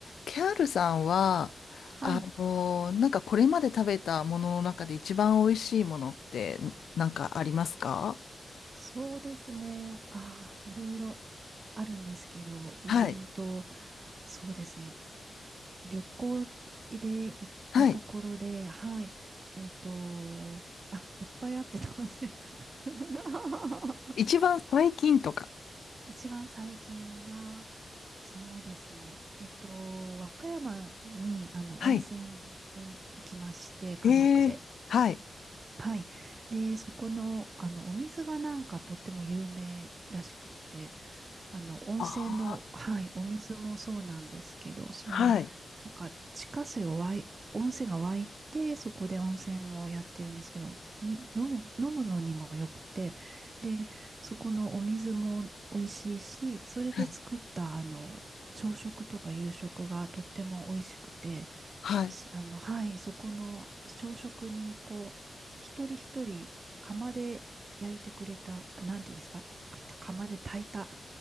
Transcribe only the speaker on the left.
キャールさんは、
あのなんかこれまで食べたものの中で一番美味しいものってなんかありますか
はい。
はい。
一番最近とか。
はい。
ええはい。
あー
はい。
はい。
はい。